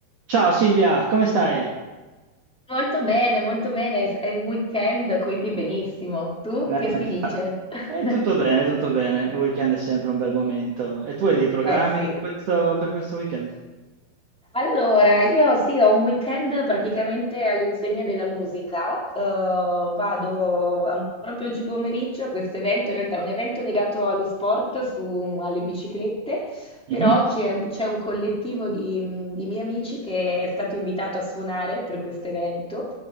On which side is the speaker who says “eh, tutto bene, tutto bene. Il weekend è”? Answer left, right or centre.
Right